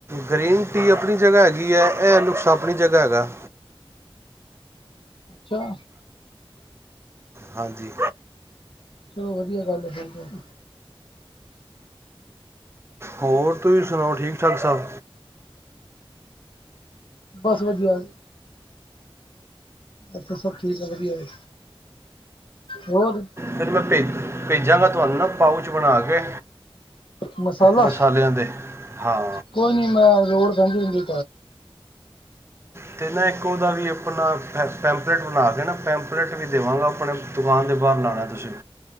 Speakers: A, on the right; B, on the left.
A: ਗਰੀਨ ਟੀ, ਆਪਣੀ ਜਗਾ ਹੈਗੀ ਹੈ। ਇਹ ਨੁਕਸਾ, ਆਪਣੀ ਜਗਾ ਹੈਗਾ।
B: ਅੱਛਾ।
A: ਹਾਂਜੀ।
B: ਚਲੋ ਵਧੀਆ, ਗੱਲ ਹੈ। ਬਿਲਕੁਲ।
A: ਹੋਰ, ਤੁਸੀਂ ਸੁਣਾਓ ਠੀਕ- ਠਾਕ ਸਾਬ?
B: ਬੱਸ, ਵਧੀਆ। ਇੱਥੇ, ਸਭ ਠੀਕ ਹੈ, ਵਧੀਆ ਜੀ। ਹੋਰ?
A: ਫੇਰ ਮੈਂ ਭੇਜਾ, ਭੇਜਾਂਗਾ ਤੁਹਾਨੂੰ ਨਾ। ਪਾਊਚ ਬਣਾ ਕੇ।
B: ਮਸਾਲਾ?
A: ਮਸਾਲਿਆਂ ਦੇ ਹਾਂ
B: ਕੋਈ ਨੀ ਮੈਂ ਲੋੜ ਪਹਿੰਦੀ ਏ।
A: ਅਤੇ ਨਾ, ਇੱਕ ਉਹਦਾ ਵੀ ਆਪਣਾ ਪ ਪੈਂਪਲੇਟ ਬਣਾ ਕੇ ਨਾ ਪੈਂਪਲੇਟ ਵੀ ਦੇਵਾਂਗਾ, ਆਪਣੇ ਦੁਕਾਨ ਦੇ ਬਾਹਰ ਲਾਉਣਾ ਤੁਸੀਂ।